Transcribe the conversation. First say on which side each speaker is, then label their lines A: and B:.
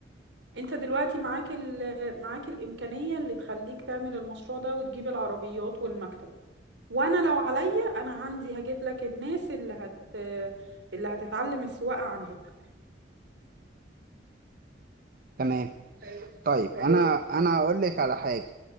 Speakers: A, on the right; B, on the right.
A: انت دلوقتي معاك ال... معاك الامكانية اللي تخليك تعمل المشروع ده وتجيب العربيات والمكتب وانا لو عليا انا عندي هجيب لك الناس اللي هت اللي هتتعلم السواقة عندك
B: تمام
A: طيب.
B: طيب
A: فايه
B: انا
A: رأيك
B: انا اقول لك على حاجه